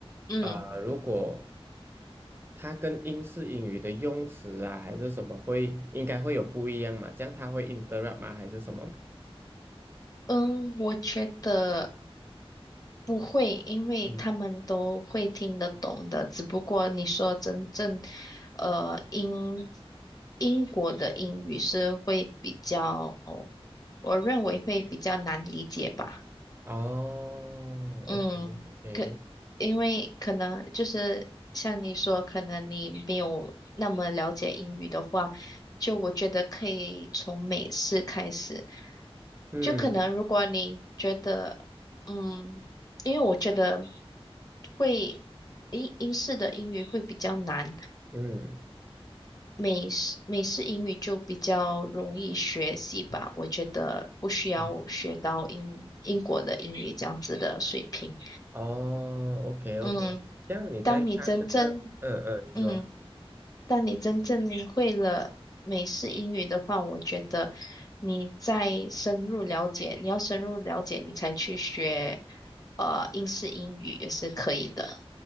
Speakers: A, on the left; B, on the right.
A: 嗯
B: 呃，如果它跟英式英语的用词啊，还是什么会应该会有不一样嘛？这样它会 interrupt 吗？还是什么嘛？
A: 嗯，我觉得。不会，因为他们都会听得懂的。
B: 嗯，
A: 只不过你说真正，呃，英英国的英语是会比较，我认为会比较难理解吧。
B: 哦，OK
A: 嗯，
B: OK，
A: 可，因为可能就是像你说，可能你没有那么了解英语的话，就我觉得可以从美式开始。
B: 嗯
A: 就可能如果你觉得，嗯，因为我觉得会英英式的英语会比较难，
B: 嗯
A: 美式美式英语就比较容易学习吧。我觉得不需要学到英英国的英语这样子的水平。
B: 嗯，哦，OK
A: 嗯。
B: OK，这样你在看这个，
A: 当你真正，
B: 嗯嗯，你说。
A: 嗯，当你真正会了美式英语的话，我觉得你再深入了解，你要深入了解，你才去学，呃，英式英语也是可以的。